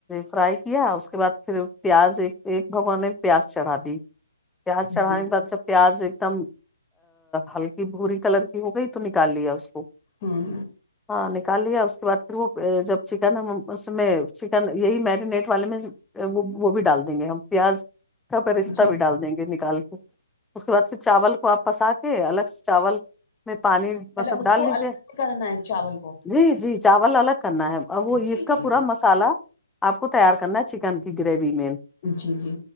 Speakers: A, in the centre; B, on the left.
A: فرائی کیا اس کے بعد پھر پیاز ایک ایک بھگوان نے پیاز چڑھا دی پیاز
B: ہوں
A: چڑھانے کے بعد جب پیاز ایک دم ہلکی بھور کلر کی ہو گئی تو نکال لیا اس کو
B: ہوں
A: ہاں نکال لیا اس کے بعد پھر وہ جب چکن اس میں چکن یہی میرینیٹ والے میں وہ بھی ڈال دیں گے ہم پیاز کا پہ رشہ
B: جی
A: بھی ڈال دیں گے نکال کے اس کے بعد پھر چاول کو آپ یہ الگ سے چاول میں پانی مطلب
B: اس
A: ڈال
B: کو
A: لیجیے
B: الگ سے کرنا ہے چاول کو
A: جی جی چاول الگ کرنا ہے اور وہ
B: جی
A: اس کا
B: جی
A: پورا مس سالا آپ کو تیار کرنا چکن کی گریوی میں
B: جی جی